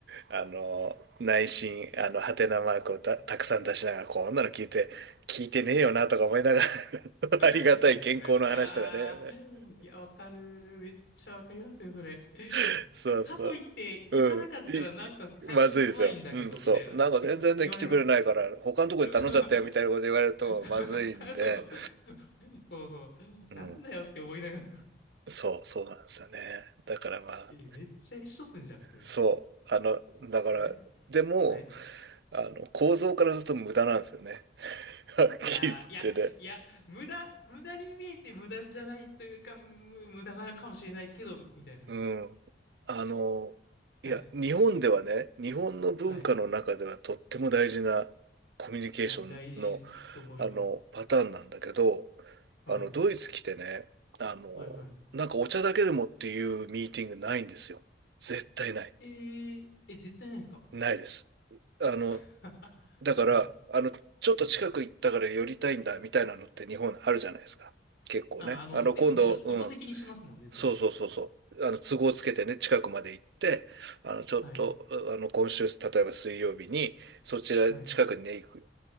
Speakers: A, on the right (about 60°); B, on the left (about 65°).
A: あの、内心、あの、ハテナマークをた、
B: <laughs>
A: たくさん出しながら、こんなの聞いて、聞いてねえよなとか思いながら
B: <laughs> はいはい。
A: <laughs> ありがたい健康の話とかね。
B: いやー、いや、わかる。めっちゃわかりますよ、それ。<laughs>
A: <laughs> そうそ
B: で、かといって、行かなかったらなんか最近来ないんだけど、
A: う。うん。い、いまずいですよ。うん、そう。
B: みたいな、って言われるんですよね。
A: なんか全然ね、来てくれないから、他のとこに頼んじゃったよみたいなこと言われるとまずいんで、
B: そう <laughs> そうそう。そうそう。
A: うん。
B: なんだよって思いながら
A: そう、そうなんですよね。だからまあ、
B: え、めっちゃ一緒っすんじゃん、それ。
A: そう。
B: い
A: あの、だから、
B: や、やっぱはい。
A: でも、あの、構造からすると無駄なんですよね。<laughs> はっきり言ってね。
B: いやー、いや、いや、無駄、無駄に見えて無駄じゃないというか、む無駄なのかもしれないけど、みたいな。
A: うん。
B: い
A: あの、
B: や、はい、
A: いや、日本ではね、日本の文化の中ではとっても大事なコミュニケーションの
B: はい。や、大事と思います。
A: あの、パターンなんだけど、
B: はい。
A: あの、ドイツ来てね、あの、
B: はいはい。
A: なんかお茶だけでもっていうミーティングないんですよ。絶対ない。
B: えー、え、絶対ないですか
A: ないです。あの、
B: <laughs>
A: だから、
B: はい。
A: あの、ちょっと近く行ったから寄りたいんだみたいなのって日本あるじゃないですか。
B: はい。
A: 結構ね。
B: あ、あの、
A: あの、
B: てか、
A: 今度、
B: むしろ意図的にしますもんね、
A: うん。
B: それを。
A: そうそうそうそう。あの、都合つけてね、近くまで行って、あの、ちょっと、
B: はい。
A: あの、今週、例えば水曜日に、そちら近くにね、
B: はい。
A: 行く